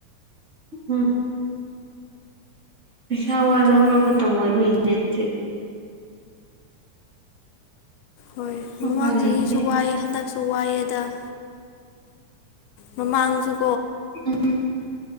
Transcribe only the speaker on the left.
ꯈꯪꯗ꯭ꯔꯦ
ꯍꯣꯏ ꯃꯃꯥꯡ
ꯆꯍꯤꯁꯨ ꯋꯥꯏꯑꯦ ꯍꯟꯗꯛ ꯁꯨ ꯋꯥꯏꯑꯦꯗ ꯃꯃꯥꯡꯁꯨ